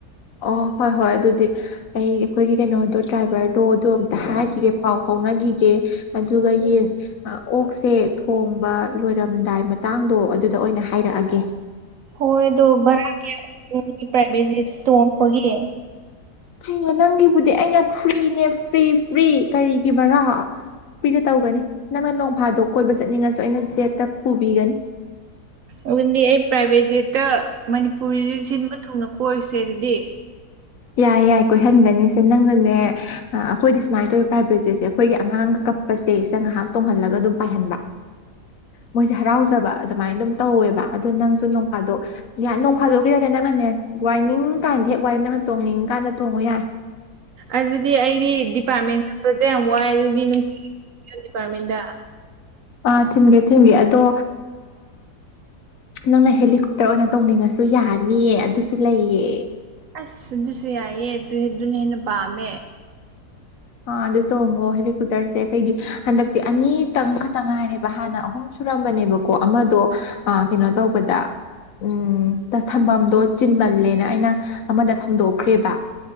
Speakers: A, on the left; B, on the right.
A: ꯑꯣ ꯍꯣꯏ ꯍꯣꯏ ꯑꯗꯨꯗꯤ ꯑꯩ ꯑꯩꯈꯣꯏꯒꯤ ꯀꯩꯅꯣꯗꯣ ꯗ꯭ꯔꯥꯏꯚꯔꯗꯣ ꯑꯗꯨ ꯑꯝꯇ ꯍꯥꯏꯈꯤꯒꯦ ꯄꯥꯎ ꯐꯥꯎꯅꯈꯤꯒꯦ ꯑꯗꯨꯒ ꯌꯦꯟ ꯑꯣꯛꯁꯦ ꯊꯣꯡꯕ ꯂꯣꯏꯔꯝꯗꯥꯏ ꯃꯇꯥꯡꯗꯣ ꯑꯗꯨꯗ ꯑꯣꯏꯅ ꯍꯥꯏꯔꯛꯑꯒꯦ
B: ꯍꯣꯏ ꯑꯗꯣ ꯕꯥꯔꯥ ꯀꯌꯥꯃꯨꯛ ꯑꯣꯏꯒꯦ ꯄꯔꯥꯏꯕꯦꯠ ꯖꯦꯠ ꯇꯣꯡꯉꯛꯄꯒꯤ
A: ꯀꯩꯅꯣ ꯅꯪꯒꯤꯕꯨꯗꯤ ꯑꯩꯅ ꯐ꯭ꯔꯤꯅꯦ ꯐ꯭ꯔꯤ ꯐ꯭ꯔꯤ ꯀꯔꯤꯒꯤ ꯕꯔꯥ ꯐ꯭ꯔꯤꯗ ꯇꯧꯒꯅꯤ ꯅꯪꯅ ꯅꯣꯡꯐꯥꯗꯣꯛ ꯀꯣꯏꯕ ꯆꯠꯅꯤꯡꯉꯁꯨ ꯑꯩꯅ ꯖꯦꯠꯇ ꯄꯨꯕꯤꯒꯅꯤ
B: ꯑꯗꯨꯗꯤ ꯑꯩ ꯄ꯭ꯔꯥꯏꯚꯦꯠ ꯖꯦꯠꯇ ꯃꯅꯤꯄꯨꯔꯤꯗ ꯁꯤꯟꯕ ꯊꯨꯡꯅ ꯀꯣꯏꯔꯨꯁꯦ ꯑꯗꯨꯗꯤ
A: ꯌꯥꯏ ꯌꯥꯏ ꯀꯣꯏꯍꯟꯒꯅꯤꯁꯦ ꯅꯪꯅꯅꯦ ꯑꯩꯈꯣꯏꯗꯤ ꯁꯨꯃꯥꯏꯅ ꯇꯧ ꯄ꯭ꯔꯥꯏꯚꯦꯠꯁꯦꯁꯦ ꯑꯩꯈꯣꯏꯒꯤ ꯑꯉꯥꯡꯒ ꯀꯞꯄꯁꯦ ꯁꯤ ꯉꯥꯏꯍꯥꯛ ꯇꯣꯡꯍꯜꯂꯒ ꯑꯗꯨꯝ ꯄꯥꯏꯍꯟꯕ ꯃꯣꯏꯁꯦ ꯍꯔꯥꯎꯖꯕ ꯑꯗꯨꯃꯥꯏꯅ ꯑꯗꯨꯝ ꯇꯧꯋꯦꯕ ꯑꯗꯣ ꯅꯪꯁꯨ ꯅꯣꯡ ꯐꯥꯗꯣꯛ ꯅꯣꯡ ꯐꯥꯗꯣꯛꯈꯤꯗꯅꯦ ꯅꯪꯅꯅꯦ ꯋꯥꯏꯅꯤꯡ ꯀꯥꯟꯗ ꯍꯦꯛ ꯋꯥꯏꯌꯣ ꯅꯪ ꯇꯣꯡꯅꯤꯡꯀꯥꯟꯗ ꯇꯣꯡꯉꯨ ꯌꯥꯏ
B: ꯑꯗꯨꯗꯤ ꯑꯩꯗꯤ ꯗꯤꯄꯥꯔꯠꯃꯦꯟ ꯆꯠꯄꯗ ꯌꯥꯝ ꯋꯥꯏ ꯑꯗꯨꯗꯤ ꯅꯨꯡꯇꯤꯒꯤ ꯅꯪ ꯗꯤꯄꯥꯔꯃꯦꯟꯗ
A: ꯑꯥ ꯊꯤꯟꯒꯦ ꯊꯤꯟꯒꯦ ꯑꯗꯣ ꯅꯪꯅ ꯍꯦꯂꯤꯀꯣꯞꯇꯔ ꯑꯣꯏꯅ ꯇꯧꯅꯤꯡꯉꯁꯨ ꯌꯥꯅꯤꯌꯦ ꯑꯗꯨꯁꯨ ꯂꯩꯌꯦ
B: ꯑꯁ ꯑꯗꯨꯁꯨ ꯌꯥꯏꯌꯦ ꯑꯗꯨ ꯑꯗꯨꯅ ꯍꯦꯟꯅ ꯄꯥꯝꯃꯦ
A: ꯑ ꯑꯗꯨ ꯇꯣꯡꯉꯣ ꯍꯦꯂꯤꯀꯨꯞ ꯇꯔꯁꯦ ꯑꯩꯈꯣꯏꯗꯤ ꯍꯟꯗꯛꯇꯤ ꯑꯅꯤꯇꯪ ꯈꯛꯇꯪ ꯉꯥꯏꯔꯦꯕ ꯍꯥꯟꯅ ꯑꯍꯨꯝ ꯁꯨꯔꯝꯕꯅꯦꯕꯀꯣ ꯑꯃꯗꯣ ꯑ ꯀꯩꯅꯣ ꯇꯧꯕꯗ ꯎꯝ ꯊꯝꯐꯝꯗꯣ ꯆꯤꯟꯃꯜꯂꯦꯅ ꯑꯩꯅ ꯑꯃꯗ ꯊꯝꯗꯣꯛꯈ꯭ꯔꯦꯕ